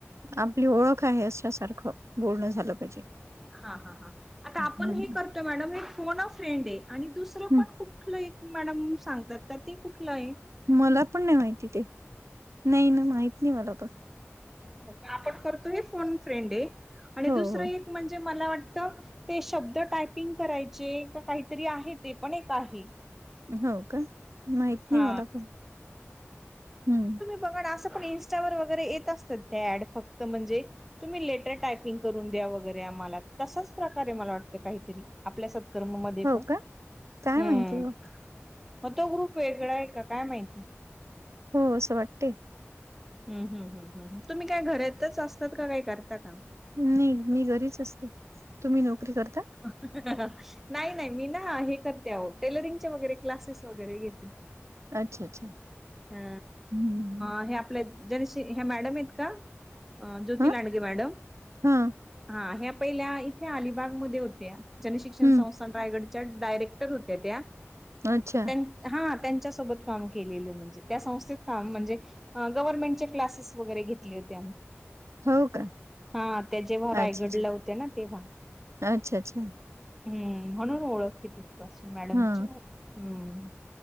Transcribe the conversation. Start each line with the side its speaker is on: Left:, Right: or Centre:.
Right: आपली ओळख आहे अशसारखं बोलण झालं पाहिजे.
Centre: हा हा हा आता
Right: हम्म
Centre: आपण हे करतोय मॅडम हे फोन फ्रेंड हे आणि दुसरं
Right: हम्म
Centre: पण कुठलं एक. मॅडम सांगतात का ते कुठलं हे.
Right: मला पण नाही माहिती ते नाही ना, माहत नाही मला पण.
Centre: हो का आपण करतोय फोन फ्रेंड हे आणि
Right: हो
Centre: दुसरं
Right: हो.
Centre: एक म्हणजे मला वाटत ते शब्द टायपिंग करायचे का काहीतरी आहे ते पण एक आहे.
Right: हव का माहत
Centre: हा
Right: नाही मला पण हम्म.
Centre: बघ डअसं पण ईंन्टा वर वगैरे येत असतात ते ऍड फक्त म्हणजे. तुम्ही लेटर टायपिंग करून द्या वगैरे आम्हाला तसाच प्रकारे मला वाटतं काहीतरी आपल्या सत. कर्म मधे
Right: हो
Centre: पण
Right: का काय
Centre: हम्म
Right: माहिती हो
Centre: म तो ग्रुप. काय का माहिती.
Right: हो असं वाटते.
Centre: हम्म हम्म हम्म हम्म ह तुम्ही काय घरातच असतात का काही करता काम?
Right: नाही मी घरीच असतो तुम्ही नोकरी करता?
Centre: <unintelligible> नाही नाही मी ना हे करते आओ टेलरिंगच्या वगैरे क्लासेस वगैरे घेते.
Right: अच्छा अच्छा
Centre: हा
Right: हम्म
Centre: अं हे आपल्येत. जन शी ह्या मॅडम हेत का ज्योती
Right: ह
Centre: लांडगे मॅडम
Right: हा
Centre: हा ह्या प पहिल्या इथे अलिबाग मध्ये होत्या जनशिक्षण
Right: हम्म
Centre: संस्थान रायगडच्या डायरेक्टर होत्या त्या.
Right: अच्छा
Centre: त्यांन हा त्यांच्या सोबत काम केलेलं म्हणजे त्या संस्थेत काम म्हणजे. ह गव्हर्नमेंटचे क्लासेस वगैरे घेतले होते आम्ही.
Right: हो का
Centre: हा त्या जेव्हा रायगडला
Right: अच्छा अच्छा
Centre: होत्या ना तेव्हा.
Right: अच्छा अच्छा.
Centre: हम्म म्हणून ओळखे तिथपासून मॅडमची
Right: हा
Centre: हम्म.